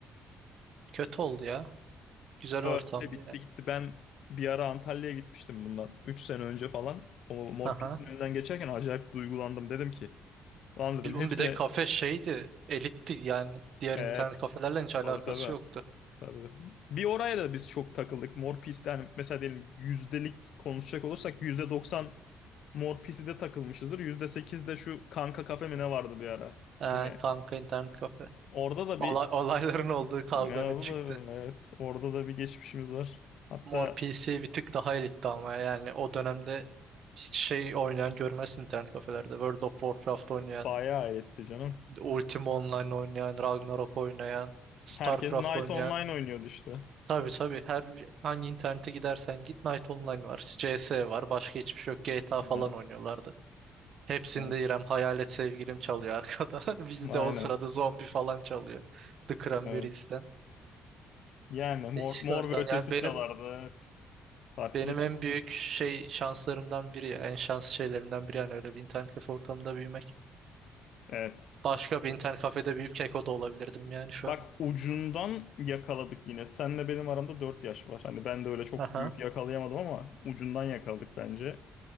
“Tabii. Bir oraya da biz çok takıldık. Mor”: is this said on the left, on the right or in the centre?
Left